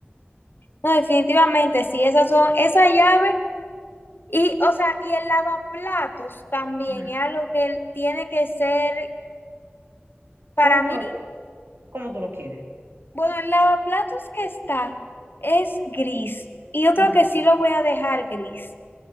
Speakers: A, on the left (about 60°); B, on the right (about 65°).
A: No, definitivamente, sí, esas son, esa llave y, o sea, y el lavaplatos también
B: Ujú.
A: es algo que tiene que ser, para
B: ¿Cómo
A: mí,
B: tú lo, cómo tú lo quieres?
A: bueno, el lavaplatos que está es gris y yo creo
B: Ujú.
A: que sí lo voy a dejar gris.